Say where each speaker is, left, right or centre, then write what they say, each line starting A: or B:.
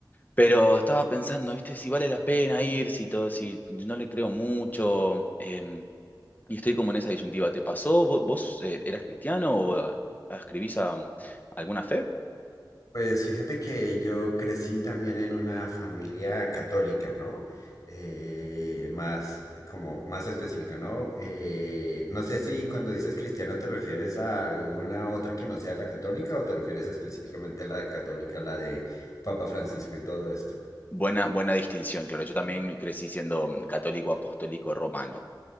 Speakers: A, on the left (about 25°); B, on the left (about 50°).
A: pero estaba pensando, ¿viste? Si vale la pena ir, si todo, si no le creo mucho. em, y estoy como en esa disyuntiva. ¿Te pasó? ¿Vo- ¿Vos, eh, eras cristiano o ah, escribís a alguna fe?
B: Pues fíjate que yo crecí también en una familia católica, ¿no? Eh, más, eh, como más específico, ¿no? Eh, no sé si cuando dices cristiano te refieres a alguna otra que no sea la católica o te refieres específicamente a la católica, la de Papa Francisco y todo esto.
A: Buena, buena distinción, claro. Yo también crecí siendo mm, católico, apostólico, romano.